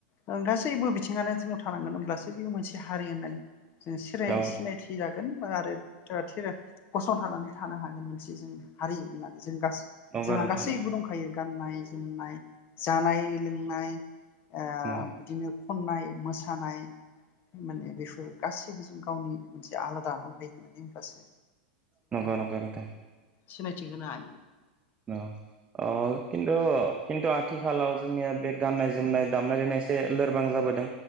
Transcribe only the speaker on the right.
औ
नंगौ
नोंथां
नंगौ
उम
नंगो नंगौ नोंथां
औ अ खिन्थु खिन्थु आथिखालाव जोंनिया बे गाननाय जोमनाय दामनाय देनायसे लोरबां जाबोदों